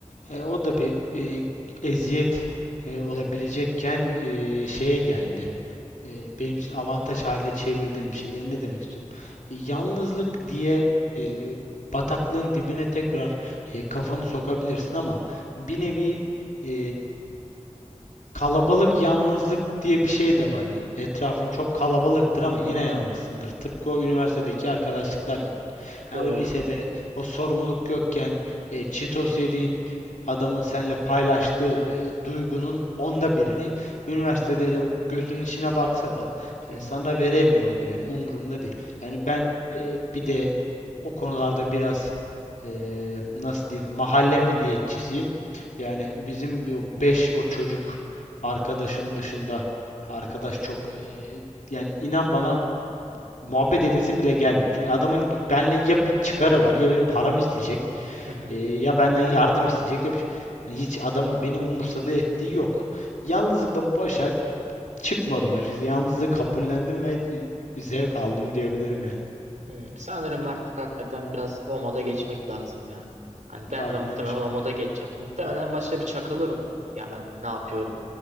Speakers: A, on the left; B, on the right.
A: e, o da bir e, eziyet e, olabilecekken
B: Hmm.
A: e, şeye geldi. E, benim için avantaj haline çevirdiğim bir şey. Yani ne demek istiyorum? E, yalnızlık diye e, bataklığın dibine tekrar e, kafanı sokabilirsin ama bir
B: Hı
A: nevi
B: hı,
A: e, Kalabalık yalnızlık diye bir şey de var yani. Etrafın çok kalabalıktır ama yine yalnızsındır.
B: hı hı.
A: Tıpkı o üniversitedeki arkadaşlıklar gibi. Ha,
B: Doğru.
A: o lisede o sorumluluk yokken e, Cheetos yediğin adamın seninle paylaştığı e, duygunun onda birini üniversitede le- gözünün içine baksa da e,
B: Hı hı,
A: sana veremiyor o güveni. Umrunda değil. Yani ben e, bir de o konularda biraz e, nasıl diyeyim mahalle milliyetçisiyim. Yani bizim bir o 5 o çocuk arkadaşım dışında arkadaş çok eee, yani inan bana muhabbet edesim bile gelmiyor. Çünkü adamın benimle ya bir çıkarı var ya benim param isteyecek
B: hı hı.
A: eee, ya benden yardım isteyecek. Ya bir, şey. yani hiç adam beni umursadığı ettiği yok. Yalnızlıkla başa çıkmadım açıkçası. Yalnızlığı kabullendim ve zevk aldım diyebilirim yani.
B: Hmm, sanırım artık hakikaten biraz o moda geçmek lazım ya. Hani ben
A: Aynen
B: de muhtemelen
A: o şekilde.
B: o moda geçeceğim. Muhtemelen başta bir çakılırım. Ya ben hani ne yapıyorum?